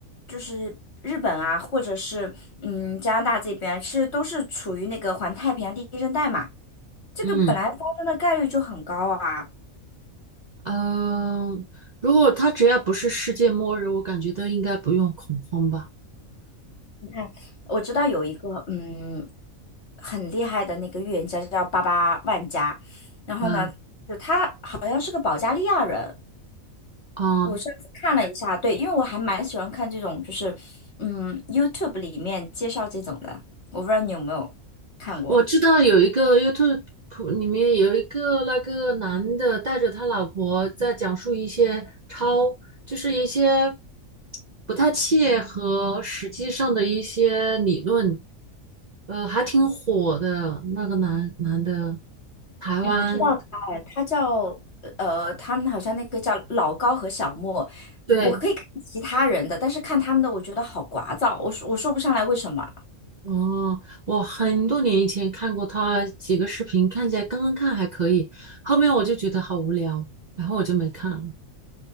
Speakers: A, on the left; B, on the right.
A: 就是日本啊，或者是嗯加拿大这边啊，其实都是处于那个环太平洋地震带嘛，这个本来发生的概率就很高啊。
B: 嗯。嗯，如果他只要不是世界末日，我感觉都应该不用恐慌吧。
A: 你看，我知道有一个嗯很厉害的那个预言家叫巴巴万加，然后呢，
B: 啊
A: 好像是个保加利亚人。
B: 啊，
A: 我上次看了一下，对，因为我还蛮喜欢看这种，就是嗯 YouTube 里面介绍这种的，我不知道你有没有看过。
B: 我知道有一个 YouTube 里面有一个那个男的带着他老婆在讲述一些超，就是一些不太切合实际上的一些理论，呃，还挺火的那个男男的，台湾，
A: 哎，我知道他，哎，他叫呃，他们好像那个叫老高和小莫。
B: 对，
A: 我可以看其他人的，但是看他们的，我觉得好聒噪，我说我说不上来为什么。
B: 哦，我很多年以前看过他几个视频，看起来刚刚看还可以，后面我就觉得好无聊，然后我就没看了。